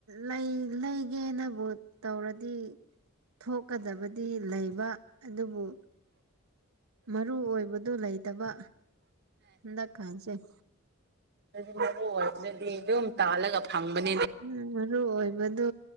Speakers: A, on the right; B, on the right.
A: ꯂꯩ ꯂꯩꯒꯦꯅꯕꯨ ꯇꯧꯔꯗꯤ ꯊꯣꯛꯀꯗꯕꯗꯤ ꯂꯩꯕ ꯑꯗꯨꯕꯨ ꯃꯔꯨ ꯑꯣꯏꯕꯗꯨ ꯂꯩꯇꯕ ꯍꯟꯗꯛ ꯈꯥꯟꯖꯩ
B: ꯑꯗꯨ ꯃꯔꯨ ꯑꯣꯏꯗꯨꯅꯗꯤ ꯑꯗꯨꯝ ꯇꯥꯜꯂꯒ ꯐꯪꯕꯅꯤ
A: ꯎꯝ ꯃꯔꯨ ꯑꯣꯏꯕꯗꯨ